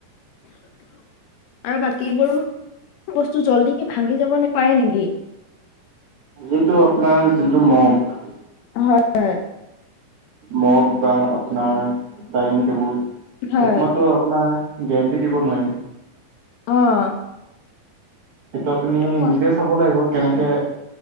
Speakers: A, on the left; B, on the right.
A: আৰু বাকীবোৰ বস্তু জল্দি কি ভাঙি যাব নেপাৰে নেকি?
B: এইটো আপোনাৰ যোনটো মগ
A: হয় হয়।
B: মগ বা আপোনাৰ ডাইনিং টেবুল
A: হয়,
B: একমাত্ৰ আপোনাৰ গেৰেণ্টি দিব নোৱাৰিম।
A: অঁ।
B: সেইটো আপুনি
A: হয়,
B: নিজে চাব লাগিব কেনেকে